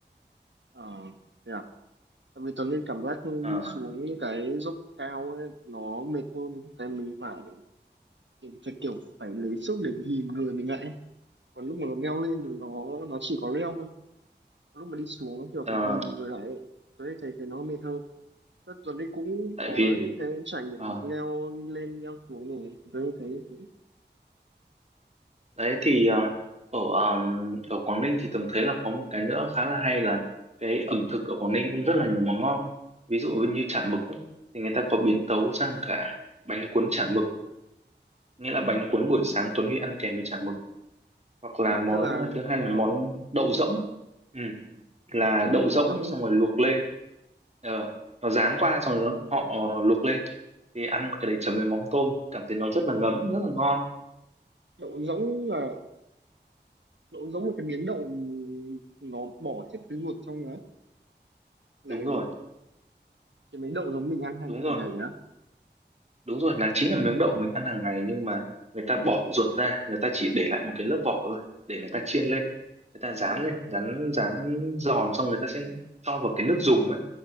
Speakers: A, on the right; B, on the right.
A: ờ, thế à tại vì Tuấn Linh cảm giác
B: Ờ,
A: đi xuống những cái dốc cao ấy, nó mệt hơn tại mình phải mình phải kiểu phải lấy sức để nhìn người mình lại ấy. còn lúc mà nó leo lên thì nó nó chỉ có leo thôi còn lúc mà đi xuống nó kiểu
B: ờ,
A: phải nhìn người lại ấy. Tuấn Linh thấy thấy nó mệt hơn Thế Tuấn Linh cũng
B: tại
A: có
B: vì
A: những cái trải nghiệm
B: ờ,
A: leo lên leo xuống rồi Tuấn Linh thấy như thế
B: đấy thì ờ, ở ờm, ở Quảng Ninh thì từng thấy là có một cái nữa khá là hay là cái ẩm thực ở Quảng Ninh cũng rất là nhiều món ngon ví dụ như chả mực ấy, thì người ta có biến tấu sang cả bánh cuốn chả mực nghĩa là bánh cuốn buổi sáng Tuấn Huy ăn kèm với chả mực hoặc là
A: à
B: món
A: tức là
B: thứ hai là
A: ờ,
B: món đậu rỗng ừ. là
A: đậu
B: đậu rỗng
A: rỗng
B: xong
A: mà
B: rồi luộc lên ờ, nó rán qua xong rồi nó- họ ờ, luộc lên thì ăn cái đấy chấm với mắm tôm cảm thấy nó rất là ngấm rất là ngon
A: đậu rỗng là đậu rỗng một cái miếng đậu nó bỏ hết cái ruột trong đó là
B: đúng
A: cái
B: rồi
A: gì cái miếng đậu giống mình ăn hàng
B: đúng
A: hàng
B: rồi
A: ngày nhá
B: đúng rồi là chính là miếng đậu mình ăn hàng ngày nhưng mà người ta bỏ ruột ra người ta chỉ để lại một cái lớp vỏ thôi để người ta chiên lên người ta rán
A: à
B: lên rán rán giòn xong người ta sẽ cho vào cái nước dùng ấy